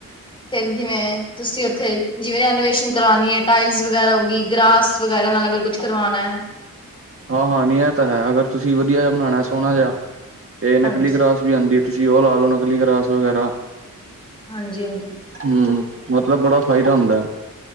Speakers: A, on the left; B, on the right.
A: ਫੇਰ ਜਿਵੇਂ ਤੁਸੀਂ ਔਥੇ ਜਿਵੇਂ ਰੈਨੋਵੇਸ਼ਨ ਕਰਵਾਣੀ ਏ ਟਾਇਲਸ ਵਗੈਰਾ ਹੋ ਗਈ। ਗਰਾਸ ਵਗ ਨੁੰ ਅਗਰ ਕੁਛ ਕਰਵਾਨਾ।
B: ਹਾਂ- ਹਾਂ ਨੀ ਏ ਤਾਂ ਹੈ। ਅਗਰ ਤੁਸੀਂ ਵਧੀਆ ਜਿਹਾ ਬਣਾਣਾ, ਸੋਹਣਾ ਜਿਹਾ ਤੇ
A: ਹਾਂਜੀ
B: ਨਕਲੀ ਗਰਾਸ ਵੀ ਆਂਦੀ ਤੁ ਜਿਵੇਂ ਔ ਲਾਲੋੋ ਨਕਲੀ ਗ੍ਰਾਸ ਵਗੈਰਾ।
A: ਹਾਂਜੀ- ਹਾਂਜੀ।
B: ਹੂੰ ਮਤਲਬ ਬੜਾ ਫਾਇਦਾ ਹੁੰਦਾ।